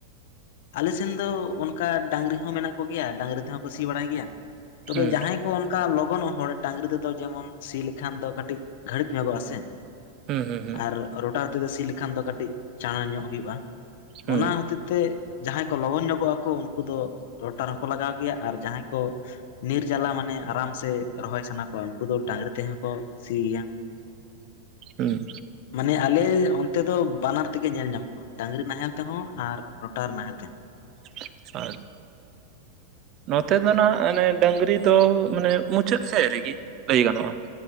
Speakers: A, on the left (about 50°); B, on the right (about 35°).
A: ᱟᱞᱮᱥᱮᱱ ᱫᱚ ᱚᱱᱠᱟ ᱰᱟᱹᱝᱨᱤ ᱦᱚᱸ ᱢᱮᱱᱟᱜ ᱠᱚᱜᱮᱭᱟ ᱰᱟᱹᱝᱨᱤ ᱛᱮᱦᱚᱸ ᱠᱚ ᱥᱤ ᱵᱟᱲᱟᱭ ᱜᱮᱭᱟ ᱾ ᱛᱚᱵᱮ
B: ᱦᱩᱸ
A: ᱡᱟᱦᱟᱸᱭ ᱠᱚ ᱚᱱᱠᱟ ᱞᱚᱜᱚᱱᱚᱜ ᱦᱚᱲ ᱰᱟᱹᱝᱨᱤ ᱛᱮᱫᱚ ᱡᱮᱢᱚᱱ ᱥᱤ ᱞᱮᱠᱷᱟᱱ ᱫᱚ ᱠᱟᱹᱴᱤᱡ ᱜᱷᱟᱹᱲᱤᱡ ᱧᱚᱜᱚᱜᱼᱟ ᱥᱮ
B: ᱦᱩᱸ ᱦᱩᱸ ᱦᱩᱸ
A: ᱟᱨ ᱨᱚᱴᱟᱨ ᱛᱮᱫᱚ ᱥᱤ ᱞᱮᱠᱷᱟᱱ ᱫᱚ ᱠᱟᱹᱴᱤᱡ ᱪᱟᱬᱟ ᱧᱚᱜ ᱦᱳᱭᱳᱜᱼᱟ
B: ᱦᱩᱸ
A: ᱚᱱᱟ ᱦᱚᱛᱮ ᱛᱮ ᱡᱟᱦᱟᱸᱭ ᱠᱚ ᱞᱚᱜᱚᱱ ᱧᱚᱜᱚᱜ ᱟᱠᱚ ᱩᱱᱠᱩ ᱫᱚ ᱨᱚᱴᱟᱨ ᱦᱚᱸᱠᱚ ᱞᱟᱜᱟᱣ- ᱟᱨ ᱡᱟᱦᱟᱸᱭ ᱠᱚ ᱱᱤᱨ ᱡᱟᱞᱟ ᱢᱟᱱᱮ ᱟᱨᱟᱢ ᱥᱮ ᱨᱚᱦᱚᱭ ᱥᱟᱱᱟ ᱠᱚᱣᱟ ᱩᱱᱠᱩ ᱫᱚ ᱰᱟᱹᱝᱨᱤ ᱛᱮᱦᱚᱸ ᱠᱚ ᱥᱤ ᱜᱮᱭᱟ ᱾
B: ᱮᱻ
A: ᱢᱟᱱᱮ, ᱟᱞᱮ ᱚᱱᱛᱮ ᱫᱚ ᱵᱟᱱᱟᱨ ᱛᱮᱜᱮ ᱧᱮᱞ ᱧᱟᱢᱚᱜᱼᱟ ᱾ ᱰᱟᱺᱝᱨᱤ ᱱᱟᱦᱮᱞ ᱛᱮᱦᱚᱸ ᱟᱨ ᱨᱚᱴᱟᱨ ᱱᱟᱦᱮᱞ ᱛᱮᱦᱚ ᱾
B: ᱟᱪ-ᱪᱷᱟ ᱾ ᱱᱚᱛᱮ ᱫᱚ ᱱᱟᱦᱟᱸᱜ ᱢᱟᱱᱮ ᱰᱟᱹᱝᱨᱤ ᱫᱚ ᱢᱟᱱᱮ ᱢᱩᱪᱟᱹᱫ ᱥᱮᱫ ᱨᱮᱜᱮ ᱞᱟᱹᱭ ᱜᱟᱱᱚᱜᱼᱟ ᱾